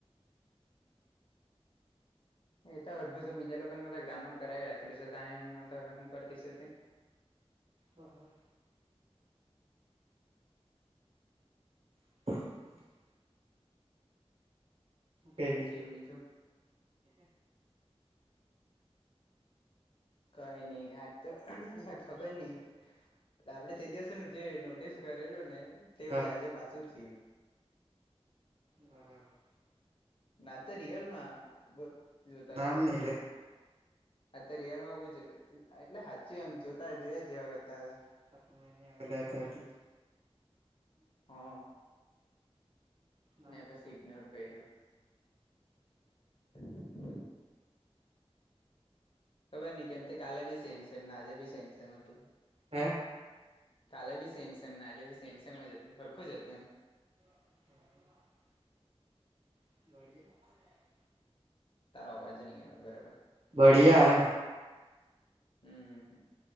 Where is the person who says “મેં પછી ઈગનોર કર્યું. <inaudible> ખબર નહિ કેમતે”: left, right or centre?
Left